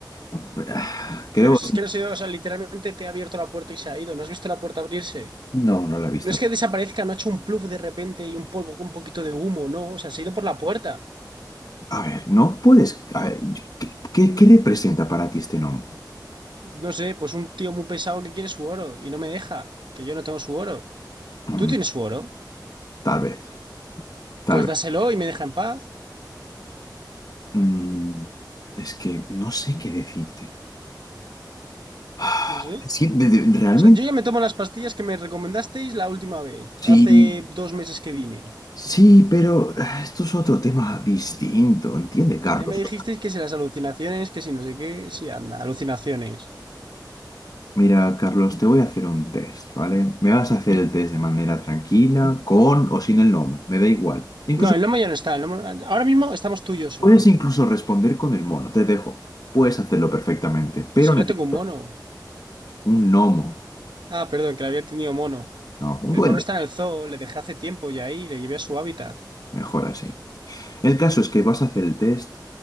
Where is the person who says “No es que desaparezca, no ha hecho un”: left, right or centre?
Right